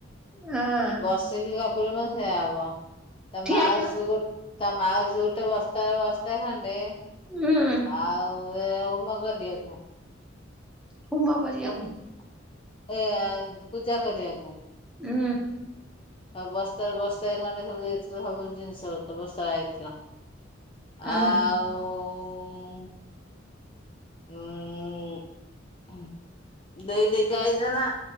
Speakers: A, in the centre; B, on the left.
A: ହଁ
B: ବସିକି ଗପିଲେ ମାନେ ସେଇଆ ହବ। ତା
A: ଠିଆ
B: ମାଉସି
A: ହେଇଯାଉନୁ
B: ଗୋ ତା ମାଉସୀ ଗୋଟେ ବସ୍ତାରେ ବସ୍ତା ଖଣ୍ଡେ।
A: ହୁଁ
B: ଆଉ। <unintelligible>
A: ହୁମ କରିବାକୁ
B: <unintelligible> ଏ ପୂଜା କରିବାକୁ।
A: ହୁଁ।
B: ସବୁ ବସ୍ତାରେ ବସ୍ତାଏ ଖଣ୍ଡେ ସବୁ ଦେଇଥିଲା ସବୁ ଜିନିଷ। <unintelligible>
A: ହୁଁ
B: ଆଉ ଉଁ ଦେଇ ଦେଇକା ଆଇଥେଲା।